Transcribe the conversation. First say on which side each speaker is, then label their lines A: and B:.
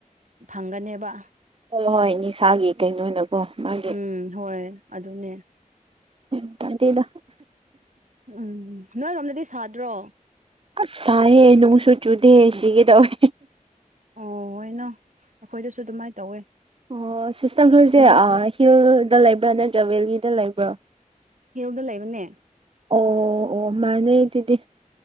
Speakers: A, on the right; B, on the right.
A: ꯐꯪꯒꯅꯦꯕ
B: ꯍꯣꯏ ꯍꯣꯏ ꯅꯤꯁꯥꯒꯤ ꯀꯩꯅꯣꯅꯀꯣ ꯃꯥꯒꯤ
A: ꯎꯝ ꯍꯣꯏ ꯑꯗꯨꯅꯦ
B: ꯌꯥꯝ ꯇꯥꯗꯦꯗ
A: ꯎꯝ ꯅꯣꯏꯔꯣꯝꯗꯗꯤ ꯁꯥꯗ꯭ꯔꯣ
B: ꯑꯁ ꯁꯥꯏꯌꯦ ꯅꯣꯡꯁꯨ ꯆꯨꯗꯦ ꯁꯤꯒꯦ ꯇꯧꯏ
A: ꯑꯣꯏꯅꯣ ꯑꯈꯣꯏꯗꯁꯨ ꯑꯗꯨꯃꯥꯏ ꯇꯧꯋꯦ
B: ꯑꯣ ꯁꯤꯁꯇꯔ ꯈꯣꯏꯁꯦ
A: ꯅꯣꯡ
B: ꯍꯤꯜꯗ ꯂꯩꯕ꯭ꯔꯥ ꯅꯠꯇ꯭ꯔꯥ ꯕꯦꯂꯤꯗ ꯂꯩꯕ꯭ꯔꯥ
A: ꯍꯤꯜꯗ ꯂꯩꯕꯅꯦ
B: ꯑꯣ ꯑꯣ ꯃꯥꯅꯦ ꯑꯗꯨꯗꯤ